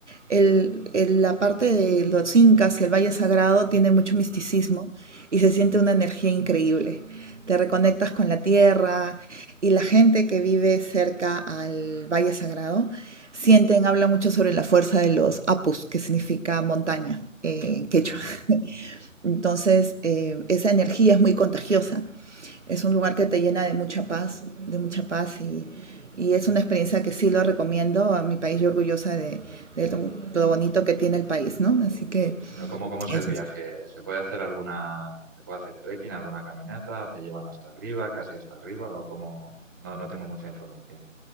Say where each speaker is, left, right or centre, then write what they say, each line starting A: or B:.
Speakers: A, on the right (about 60°); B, on the right (about 15°).
A: el- el- la parte de los incas y el Valle Sagrado tiene mucho misticismo
B: Mm,
A: y se siente una energía increíble. Te reconectas con la tierra y la gente que vive cerca al Valle Sagrado sienten, habla mucho sobre la fuerza de los apus, que significa montaña eh, en quechua.
B: ujú.
A: Entonces, eh, esa energía es muy contagiosa. Es un lugar que te llena de mucha paz, de mucha paz y, y es una experiencia que sí lo recomiendo a mi país. Yo orgullosa de, de lo, lo bonito que tiene el país, ¿no? Así que
B: Pero ¿cómo, cómo es
A: eso
B: el viaje? ¿Se puede hacer alguna, se puede hacer trekking, alguna caminata? ¿Te llevan hasta arriba, casi hasta arriba? ¿O cómo? No, no tengo mucha información.